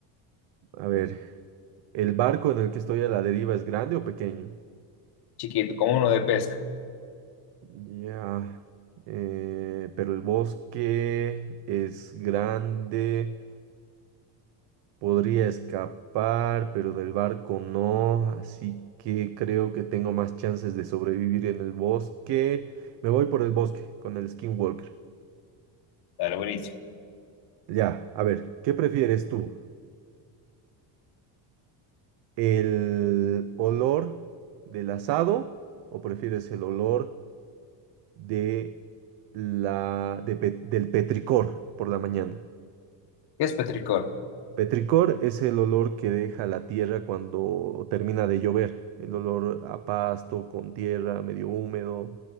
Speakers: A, on the right (about 60°); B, on the left (about 50°).
A: a ver, ¿el barco en el que estoy a la deriva es grande o pequeño?
B: Chiquito, como uno de pesca.
A: Ya. eh, pero el bosque es grande. Podría escapar, pero del barco no, así que creo que tengo más chances de sobrevivir en el bosque. Me voy por el bosque con el Skinwalker.
B: Dale, buenísimo.
A: Ya, a ver, ¿qué prefieres tú? ¿El olor del asado o prefieres el olor de la de pe- del petricor por la mañana?
B: ¿Qué es petricor?
A: Petricor es el olor que deja la tierra cuando termina de llover, el olor a pasto, con tierra, medio húmedo.